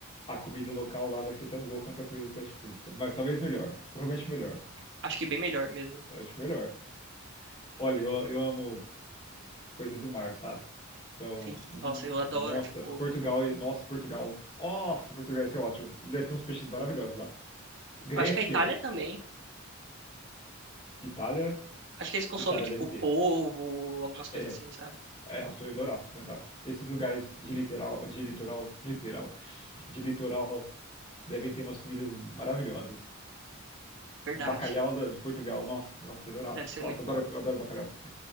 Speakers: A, on the left (about 30°); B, on the right (about 60°).
A: A comida local lá vai ser tão boa quanto a comida do fast food. Então, Mas talvez melhor. Provavelmente melhor.
B: Acho que bem melhor mesmo.
A: Eu acho melhor. Olha, eu, eu amo coisa do mar, sabe? Então,
B: Sim,
A: hum,
B: nossa, eu adoro,
A: nossa,
B: tipo,
A: Portugal, e- nossa, Portugal. Nossa, Portugal, isso é ótimo. Deve ter uns peixes maravilhosos lá. Grécia,
B: acho que a Itália também.
A: Itália,
B: Acho que eles consomem
A: Itália
B: tipo
A: deve ter.
B: polvo, algumas coisas
A: É,
B: assim, sabe?
A: é, nossa, eu ia adorar experimentar. Esses lugares de literal, de litoral, literal, de litoral, devem ter umas comidas maravilhosas.
B: Verdade.
A: Bacalhau da- de Portugal. Nossa, nossa, eu adoro,
B: Deve ser
A: nossa,
B: muito
A: eu adoro,
B: bom.
A: eu adoro bacalhau.